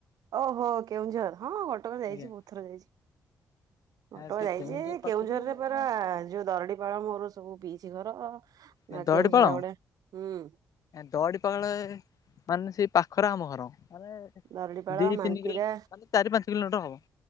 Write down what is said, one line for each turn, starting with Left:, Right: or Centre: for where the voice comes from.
Right: ଓହୋ କେଉଁଝର, ହଁ ଘଟଗାଁ ଯାଇଛି
Left: ଆଜ୍ଞା।
Right: ବୋହୁତ୍ ଥର ଯାଇଛି। ଘଟଗାଁ
Left: ସେ
Right: ଯାଇଛି।
Left: କେଉଁଝର ପାଖରୁ
Right: କେଉଁଝରରେ
Left: ଆଜ୍ଞା
Right: ପରା ଯୋଉ ଦରଡି ପାଳ ମୋର ସବୁ ପିଇଛି ଘର।
Left: ଏ
Right: ଆ
Left: ଦରଡିପାଳ।
Right: କେଉଁଝର ଗୋଟେ ହୁଁ
Left: ଦରଡିପାଳ ମାନେ ସେ ପାଖରେ ଆମ ଘର। ମାନେ
Right: ଦରଡିପାଳ
Left: ଦିଇ
Right: ମାନ୍ତିରା
Left: ତିନି କିଲୋ ମାନେ ଚାରି ପାଞ୍ଚ କିଲୋମିଟର ହବ।